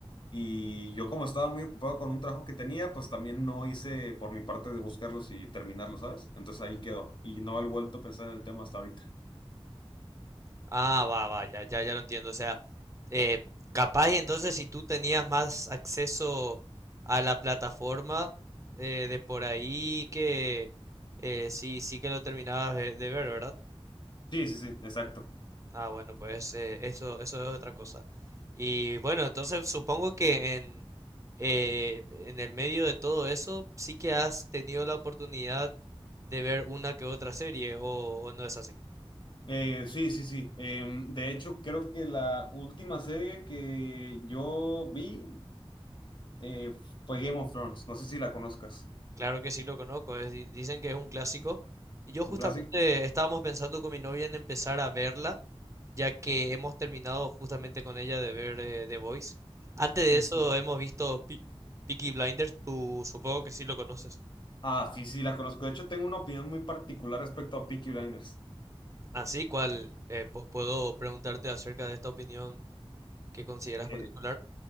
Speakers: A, on the left (about 50°); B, on the right (about 30°).
A: y yo como estaba muy ocupado con un trabajo que tenía, pues también no hice por mi parte de buscarlos y terminarlos, ¿sabes? Entonces ahí quedó y no he vuelto a pensar en el tema hasta ahorita.
B: Ah, va, va, ya, ya, ya lo entiendo. O sea, eh, capaz y entonces si tú tenías más acceso a la plataforma eh, de por ahí que eh, sí, sí que lo terminabas de de ver, ¿verdad?
A: Sí, sí, sí, exacto.
B: Ah, bueno, pues eh, eso, eso es otra cosa. Y bueno, entonces supongo que en, eh, en el medio de todo eso sí que has tenido la oportunidad de ver una que otra serie, o, o no es así.
A: Eh, sí, sí, sí. Em, de hecho, creo que la última serie que yo vi eh, fue Game of Thrones. No sé si la conozcas.
B: Claro que sí lo conozco, es di- dicen que es un clásico. Y yo justamente
A: ¿Un clásico?
B: estábamos pensando con mi novia en empezar a verla, ya que hemos terminado justamente con ella de ver eh, The Voice. Antes de
A: <laughs>
B: eso hemos visto Pe- Peaky Blinders, tú supongo que sí lo conoces.
A: Ah, sí, sí, la conozco. De hecho, tengo una opinión muy particular respecto a Peaky Blinders.
B: Así cual eh, pu- puedo preguntarte acerca de esta opinión que consideras
A: Eh,
B: particular.